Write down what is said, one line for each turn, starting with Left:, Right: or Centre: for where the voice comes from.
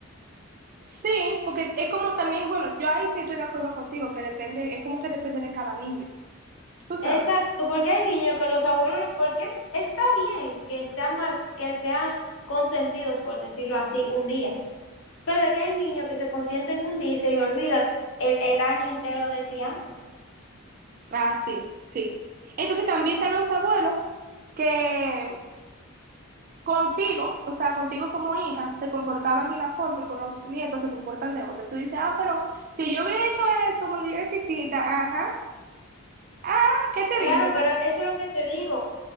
Right: Sí, porque es como también, bueno, yo ahí sí estoy de acuerdo contigo, que depende, es como que depende de cada niño. Tú sabes.
Left: Exacto, porque hay niños que los abuelos, porque es- está bien que sean mal, que sean consentidos, por decirlo así, un día, pero es que hay niños que se consienten un día y se olvidan el, el año entero de crianza.
Right: Ah, sí, sí. Entonces también están los abuelos que contigo, o sea, contigo como hija, se comportaban de una forma y con los nietos se comportan de otra. Tú dices, ah, pero si yo hubiera hecho eso cuando yo era chiquita, ajá, ah, ¿qué te
Left: Claro,
Right: dice?
Left: pero eso es lo que te digo.